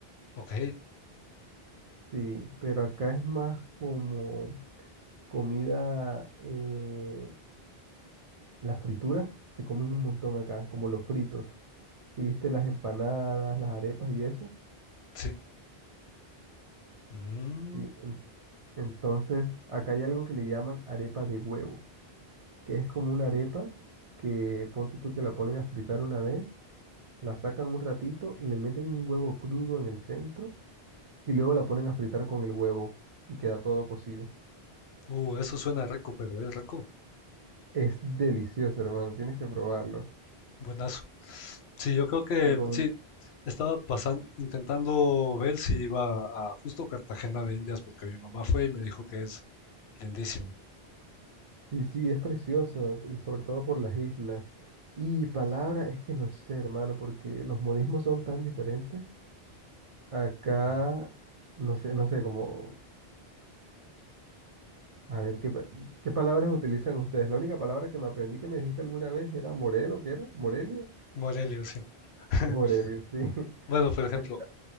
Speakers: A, on the left; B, on the right.
A: ok,
B: Sí, pero acá es más como comida, eh, las frituras se comen un montón acá, como los fritos. Si viste las empanadas, las arepas y eso.
A: sí. Mm,
B: Sí, Entonces, acá hay algo que le llaman arepa de huevo, que es como una arepa que ponte tú que la ponen a fritar una vez, la sacan un ratito, le meten un huevo crudo en el centro y luego la ponen a fritar con el huevo y queda todo cocido.
A: uh, eso suena rico, pero es rico.
B: Es delicioso, hermano, tienes que probarlo.
A: Buenazo. Sí, yo creo que
B: Recomen-
A: sí, estaba pasando, intentando ver si iba a justo Cartagena de Indias, porque mi mamá fue y me dijo que es lindísimo.
B: Y sí, es precioso, el- sobre todo por las islas. Y palabra, es que no sé, hermano, porque los modismos son tan diferentes. Acá,
A: Ujú.
B: no sé, no sé, como A ver, ¿qué, pa- qué palabras utilizan ustedes? La única palabra que me aprendí que me dijiste alguna vez era Morelo, ¿qué era? ¿Morelio?
A: Morelia, sí. <laughs>
B: Morelio, sí. <laughs>
A: Bueno, por ejemplo,
B: Eh,